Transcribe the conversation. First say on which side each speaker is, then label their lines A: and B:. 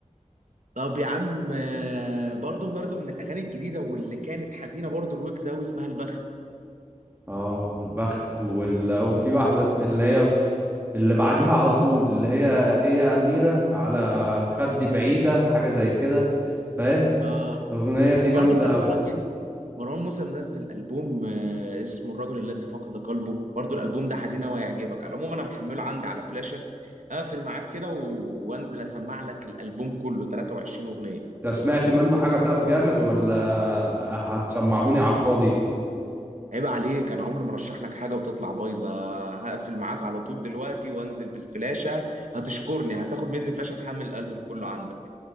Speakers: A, on the right; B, on the right.
A: طب يا عم آه، برضو برضو من الأغاني الجديدة واللي كانت حزينة برضو الويجز قوي اسمها البخت
B: اه البخت وال... وفي واحدة اللي هي اللي بعديها على طول اللي هي ايه يا أميرة على خدي بعيدة حاجة زي كده فاهم
A: اه اه
B: الأغنية دي جامدة
A: برضو خلي
B: أوي
A: بالك ايه مروان موسى منزل ألبوم آه، اسمه الرجل الذي فقد قلبه برضو الألبوم ده حزين أوي هيعجبك على العموم أنا محمله عندي على فلاشة أقفل معاك كده و- وأنزل أسمع لك الألبوم كله 23 أغنية
B: انت سمعت منه حاجة طب جامد ولا هتسمعوني على الفاضي
A: عيب عليك انا عمري ما رشح لك حاجه وتطلع بايظه هقفل معاك على طول دلوقتي وانزل بالفلاشه هتشكرني هتاخد مني الفلاشه تحمل الالبوم كله عندك